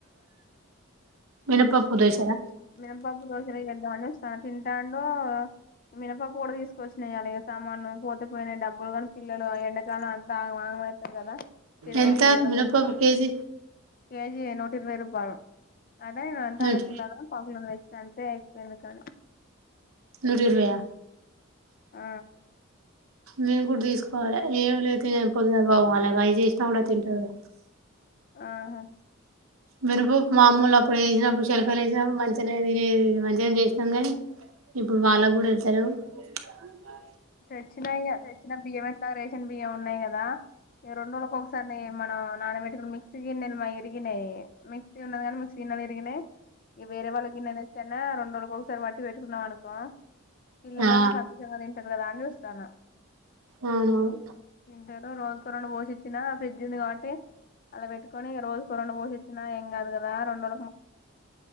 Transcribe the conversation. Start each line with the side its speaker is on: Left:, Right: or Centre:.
Right: మినప్పప్పు దోషాల
Left: మినపప్పు దోషాలె చేద్దాం అని స్టా తింటాండు. మినపా కూడా తీసుకొచ్చినాయి అలాగే సామానులు పోతపోయినాయి డబ్బులు కాని పిల్లలు ఎండకలు అంతా వాగమ అవుతారు కదా తిరుగుడు
Right: ఎంత
Left: ఫుల్లు
Right: ముినప్ప
Left: తిరుగుడు
Right: కేజీ
Left: కేజీ నూట ఇరవై రూపా అదాేను వంతా
Right: నూట
Left: అరకులానా వచ్చిన అంటే అయిపోయిందు కాను
Right: నూట రూవయ
Left: ఆ
Right: మేము కూడా తీసుకోవాలి ఏమి లేదు తినకపోతు కా బాబు అలాగ అవి చేసినా కూడా తింటారు
Left: ఆహా
Right: మినప్పు మామూలు అప్పుడు వేసినప్పుడు సెల్కలు వేసినప్పుడు మంచిగానే మంచిగా చేసినాం కాగానీ ఇప్పుడు వాళ్ళ కూడా వెళ్తాలేవ్ ఆ
Left: స యిచ్చిన బి్యంట్లా రేషన్ బియ్యం ఉన్నాయి కదా ఈ రెండుోజుల ఒకసారి మన నాన మెడికుల్ి మిక్సీిన్నల్ మా ఇరిగ్నే మిసీ ఉన్నది కా మిసీ గన్నల్ ఇకినాే ఈ వేరే వాళ్ళ గిన్ననే వచ్చాన్న రెంో ఒకసారి వాట్టి పెట్టుకున్నాంనకు పిల్లనే
Right: ఆ
Left: సంతోశంగ ారు కదా అని వస్తాను
Right: అవునవును
Left: ఎద రోుజు బోసి వచ్చిన ఫ్రిడ్జ్ ఉంది కాబట్టి అలా పెట్టుకొని రోజుకు రెండు పోూ ఇచ్చినా ఏం కాదు కదా రెంో